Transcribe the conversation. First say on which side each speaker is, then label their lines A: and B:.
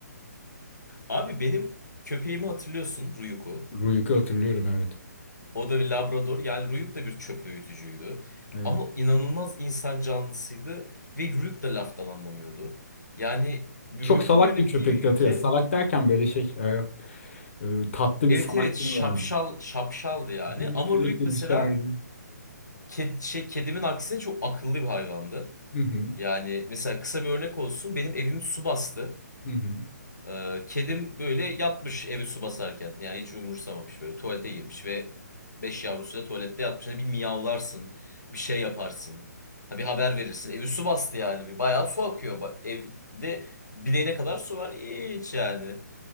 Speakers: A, on the left (about 75°); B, on the left (about 45°).
A: Abi benim köpeğimi hatırlıyorsun Ruyuku.
B: Ruyuk'u hatırlıyorum evet.
A: O da bir labrador. Yani Ruyuk da bir çöp öğütücüydü.
B: Evet.
A: Ama inanılmaz insan canlısıydı ve Ruyuk da laftan anlamıyordu. Yani bir
B: Çok
A: Ruyuk'un
B: salak
A: yönettiği
B: bir köpekti
A: bir ülke
B: hatırlıyorum. Salak derken böyle şey e, e, tatlı
A: evet
B: bir salaklığı
A: evet şapşal
B: vardı.
A: şapşaldı yani
B: Biz
A: ama
B: Sürekli
A: Ruyuk mesela
B: dışarıda.
A: ked- şey kedimin aksine çok akıllı bir hayvandı.
B: Hı hı.
A: Yani mesela kısa bir örnek olsun benim evimi su bastı.
B: Hı hı.
A: Ee, kedim böyle yatmış evi su basarken. Yani hiç umursamamış böyle. Tuvalete girmiş ve beş yavrusu da tuvalette yatmış. Hani bir miyavlarsın. Bir şey yaparsın. Ha bir haber verirsin. Evi su bastı yani. Bir bayağı su akıyor. Bak evde bileğine kadar su var. Hiç yani.